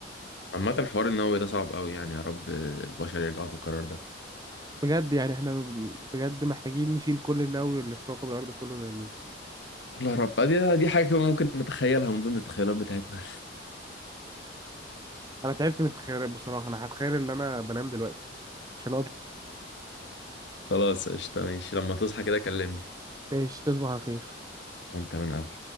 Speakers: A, on the left (about 65°); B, on the right (about 20°).
A: عامة الحوار النووي ده صعب أوي يعني يا رب البشر يرجعوا في القرار ده
B: بجد يعني احنا بجد محتاجين نشيل كل النووي اللي في كوكب الارض كله ونرميه
A: والله يا رب دي دي حاجة كمان ممكن نتخيلها من ضمن التخيلات بتاعتنا
B: انا تعبت من التخيلات بصراحه انا هتخيل ان انا بنام دلوقتي عشان
A: <laughs> خلاص قشطة ماشي لما تصحى كده كلمني
B: ماشي تصبح على خير
A: وأنت من أهل